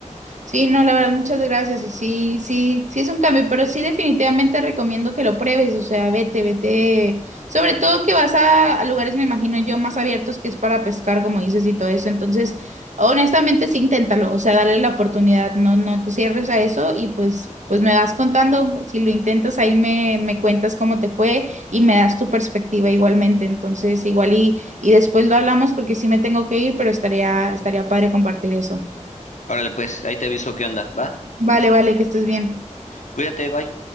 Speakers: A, on the right; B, on the left.
A: Sí, no, la verdad, muchas gracias. Y sí, sí, sí es un cambio, pero sí definitivamente recomiendo que lo pruebes. O sea, vete, vete. Sobre todo que vas a, a lugares, me imagino yo, más abiertos que es para pescar, como dices, y todo eso. Entonces, honestamente, sí, inténtalo. O sea, dale la oportunidad. No, no te cierres a eso y pues, pues me vas contando. Si lo intentas, ahí me, me cuentas cómo te fue y me das tu perspectiva igualmente. Entonces, igual y, y después lo hablamos porque sí me tengo que ir, pero estaría, estaría padre compartir eso.
B: Órale, pues, ahí te aviso qué onda, ¿va?
A: Vale, vale, que estés bien.
B: Cuídate, bye.